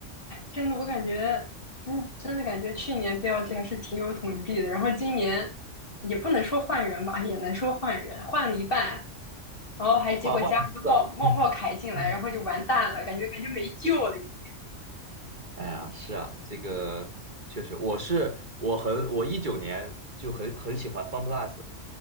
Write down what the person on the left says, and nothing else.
真的，我感觉真真的感觉去年 BLG 还是挺有统治力的，然后今年也不能说换人吧，也能说换人，换了一半，然后还结果加了个茂茂茂凯进来，
然后就完蛋了，感觉感觉没救了已经。